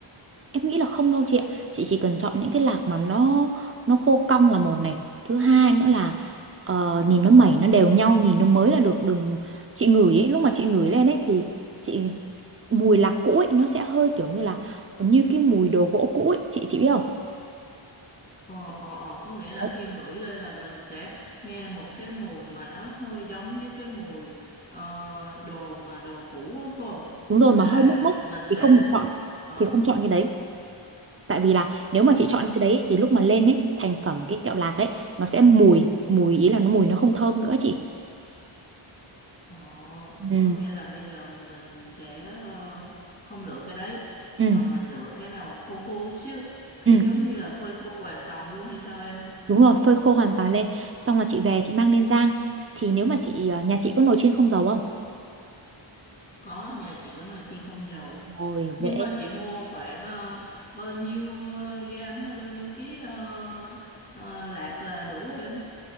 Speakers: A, on the right; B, on the left.
A: Em nghĩ là không đâu chị ạ. Chị chỉ cần chọn những cái lạc mà nó nó khô cong là một này. Thứ hai nữa là ờ, nhìn nó mẩy nó đều nhau, nhìn nó mới là được. Đừng chị ngửi ấy, lúc mà chị ngửi lên ấy thì chị mùi lạc cũ ấy nó sẽ hơi kiểu như là như cái mùi đồ gỗ cũ ấy, chị chị biết không?
B: Ờ, ờ, ờ, có nghĩa là
A: Đấy.
B: khi ngửi lên là mình sẽ nghe một cái mùi mà nó hơi giống với cái mùi ờ, đồ mà đồ cũ á phải không?
A: Đúng rồi mà
B: Là
A: hơi mốc mốc
B: mình sẽ...
A: thì không được chọn
B: Ờ,
A: thì không chọn cái đấy. Tại vì là nếu mà chị
B: ờ,
A: chọn cái đấy thì lúc mà lên ấy thành phẩm cái kẹo lạc ấy nó sẽ mùi mùi ý là nó mùi nó không thơm nữa chị.
B: ờ,
A: Ừ.
B: có nghĩa là bây giờ mình sẽ ờ, không lựa cái đấy
A: Ừ.
B: mà mình lựa cái nào khô khô xíu kiểu
A: Ừ.
B: giống như là phơi khô hoàn toàn luôn hay sao em?
A: Đúng rồi, phơi khô hoàn toàn lên. Xong là chị về chị mang lên rang. Thì nếu mà chị ờ, nhà chị có nồi chiên không dầu không?
B: Có nhà chị có nồi chiên không dầu.
A: Rồi
B: Nhưng
A: dễ.
B: mà chị mua khoảng ờ, bao nhiêu ờ, gam hay bao nhiêu ký ờ, ờ, lạc là đủ em?